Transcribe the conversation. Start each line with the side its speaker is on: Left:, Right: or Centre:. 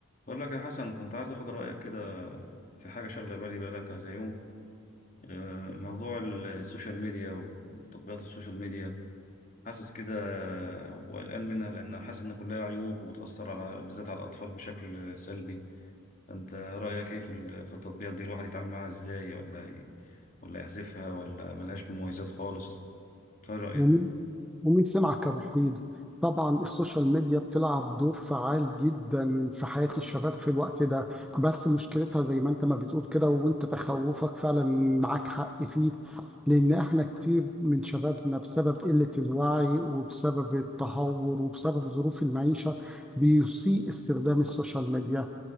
Left: بقول لك يا حسن كنت عايز اخد رايك كده في حاجه شغله بالي بقالها كذا يوم آه، موضوع السوشيال ميديا وتطبيقات السوشيال ميديا حاسس كده وقلقان منها لان حاسس ان كلها عيوب وبتاثر على بالذات على الاطفال بشكل سلبي فانت رايك ايه في ال- في التطبيقات دي الواحد يتعامل معاها ازاي ولا ي- ولا يحذفها ولا ملهاش مميزات خالص ايه رايك
Centre: ومين ومين سمعك كمفيد طبعا السوشيال ميديا بتلعب دور فعال جدا في حياة الشباب في الوقت ده بس مشكلتها زي ما انت ما بتقول كده وانت تخوفك فعلا معاك حق فيه لان احنا كتير من شبابنا بسبب قلة الوعي وبسبب التهور وبسبب ظروف المعيشة بيسيء استخدام السوشيال ميديا